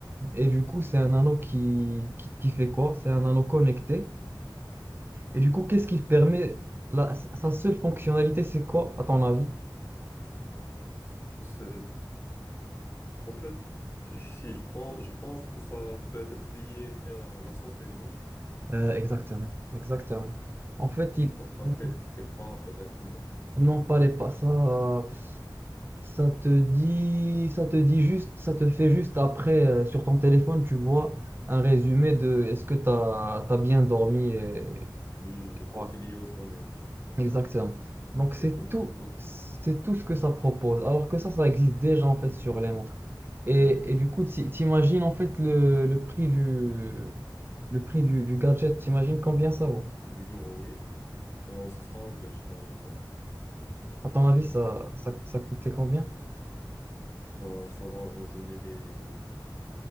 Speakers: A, on the right; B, on the left.
A: Et du coup, c'est un anneau qui, qui, qui fait quoi?
B: oui,
A: C'est un anneau connecté. Et du coup, qu'est-ce qu'il permet?
B: oui.
A: La- sa seule fonctionnalité, c'est quoi, à ton avis?
B: C'est- En fait, si je pense, je pense que ça peut être lié à la santé, non?
A: Euh, exactement.
B: Ça, peut-
A: Exactement. En fait,
B: ça,
A: il,
B: ça traque
A: euh,
B: tes, tes pas, peut-être, non?
A: non, pas les pas ça. Ça te dit, ça te dit juste, ça te fait juste après, euh, sur ton téléphone, tu vois un résumé de est-ce que tu as, bien dormi et,
B: Hmm, du coup,
A: voilà.
B: c'est lié au sommeil.
A: Exactement. Donc c'est
B: C'est cool,
A: tout,
B: c'est cool.
A: c'est tout ce que ça propose. Alors que ça, ça existe déjà en fait sur les montres. Et,
B: Hmm.
A: et du coup, ti- t'imagines en fait le, le prix du, le prix du, du gadget, t'imagines combien ça vaut?
B: Du bureau, oui. Euh, ça sera un peu cher, mais bon.
A: À ton avis, ça, ça, ça coûtait combien?
B: Euh, ça va avoisiner les,